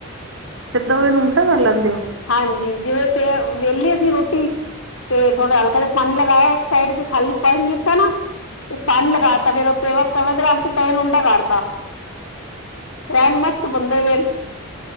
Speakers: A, on the right (about 65°); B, on the left (about 70°).
A: ਤੇ ਤਵੇ ਨੂੰ ਉਲਟਾ ਕਰ ਲੈਂਦੇ ਓ
B: ਹਾਂਜੀ ਜਿਵੇਂ ਤੇ ਵੇਲੀ ਅਸੀ ਰੋਟੀ, ਤੇ
A: ਹਾਂਜੀ
B: ਥੋੜਾ ਹਲਕਾ ਜ ਪਾਨੀ ਲਗਾਇਆ ਏਕ ਸਾਈਡ ਤੇ ਥਾਲੀ ਚ ਪਾਈ ਦਿਤਾ ਨਾ ਤੇ ਪਾਨੀ ਲਗਾ
A: ਹਾਂਜੀ
B: ਤਾਂ ਫਿਰ ਤੇਵਾ ਤਵੇ ਤੇ ਰੱਖ ਕੇ ਤਵੇ ਨੂੰ ਉਲਟਾ ਕਰਤਾ।
A: ਅੱਛਾ
B: ਐਨ ਮਸਤ
A: ਜੀ
B: ਬੰਦੇ ਪਏ ਨੇ,